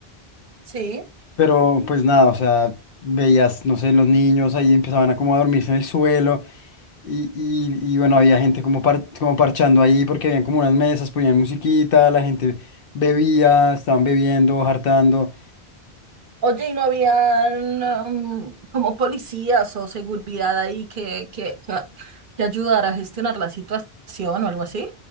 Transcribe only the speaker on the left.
pero pues nada, o sea, veías, no sé, los niños ahí empezaban a como a dormirse en el suelo y, y, y bueno, había gente como, par- como parchando ahí porque habían como unas mesas, ponían musiquita, la gente bebía, estaban bebiendo, hartando.